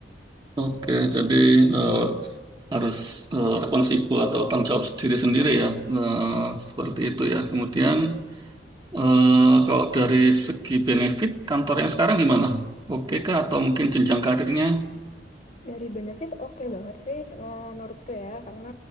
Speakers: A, on the right; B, on the left.
A: Oke, jadi eh, harus eh, responsibel atau tanggung jawab diri sendiri ya. Eh, seperti itu ya. Kemudian eh, kalau dari segi benefit kantor yang sekarang gimana? Oke kah atau mungkin jenjang karirnya?
B: Dari benefit oke banget sih eh, menurutku ya karena